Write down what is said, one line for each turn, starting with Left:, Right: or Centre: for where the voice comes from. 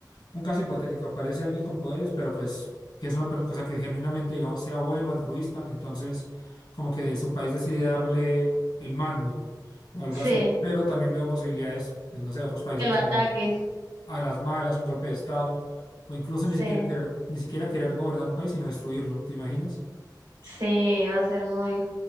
Left: un caso hipotético, aparece alguien con poderes, pero pues que es una persona que genuinamente, digamos, sea bueno, altruista, entonces como que su país decide darle el mando o algo
Right: Sí.
Left: así, pero también veo posibilidades, pues, no sé, de otros países
Right: que lo
Left: donde
Right: ataquen.
Left: a las malas, un golpe de estado, o incluso ni
Right: Sí,
Left: siquiera querer, ni siquiera querer gobernar un país, sino destruirlo, ¿te imaginas?
Right: sí, va a ser muy,